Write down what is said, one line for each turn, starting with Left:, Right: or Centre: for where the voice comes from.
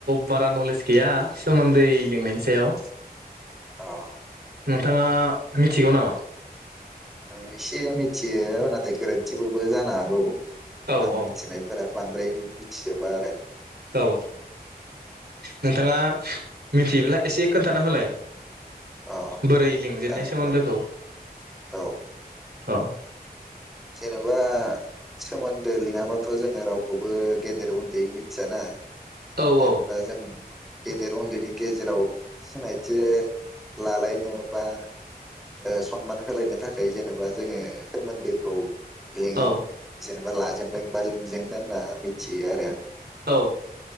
Right: बारा नलेज गैया सोमोन्दै लिंनायनि सायाव।
Centre: अह।
Right: नोंथाङा मिथिगौ नामा?
Centre: ओ एसे मिथियो नाथाय गोरोन्थिफोरबो जानो हागौ
Right: औ
Centre: आं
Right: औ
Centre: मिथिनायफोरा। बांद्राय मिथिजोबा आरो।
Right: औ। नोंथाङा मिथियोब्ला एसे खोन्थाना होलाय
Centre: अ
Right: बोरै लिंजेननाय
Centre: जागोन
Right: सोमोन्दोखौ।
Centre: नोंथां औ
Right: औ।
Centre: जेनेबा सोमोन्दो लिङाबाथ' जोङो रावखौबो गेदेर उन्दैै मिथियाना
Right: औ
Centre: जेनेबा
Right: औ
Centre: जों गेदेर उन्दैनि गेजेराव सिनायथि लालायनो बा ए सनमान होलायनो थाखाय जेनेबा जोङो सोमोन्दोखौ लेङो
Right: औ
Centre: जेन बा लाजेनदों बा लिंजेनदों होनना मिथियो आरो।
Right: औ।